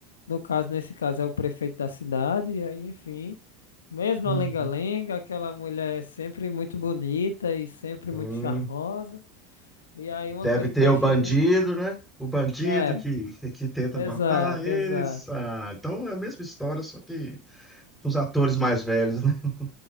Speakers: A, on the left; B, in the centre.
A: No caso, nesse caso, é o prefeito da cidade. E aí, enfim, mesmo
B: Uhum.
A: a lenga-lenga, aquela mulher é sempre muito bonita e sempre
B: Hum,
A: muito charmosa. E aí, uma
B: deve
A: coisa
B: ter
A: que eu
B: o
A: achei
B: bandido,
A: muito.
B: né? O bandido
A: É,
B: que, que tenta
A: exato,
B: matar eles.
A: exato.
B: Ah, então é a mesma história, só que com os atores mais velhos, né? <laughs>